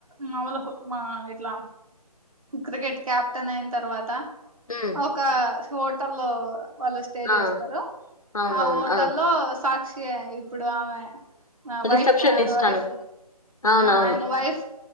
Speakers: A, on the right; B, on the left.
A: మామలు మా ఇట్లా క్రికెట్ కెప్టెన్ అయిన తర్వాత
B: ఉమ్
A: ఒక హోటల్లో వాళ్ళు స్టే
B: ఆ
A: చేస్తారు
B: అవునవును
A: ఆ హోటల్లో
B: ఉమ్
A: సా ఇప్పుడు ఆమె వైఫయన
B: రిసెప్షనిస్ట్
A: వైఫ
B: అను అవునవును.
A: ఆయన వైఫ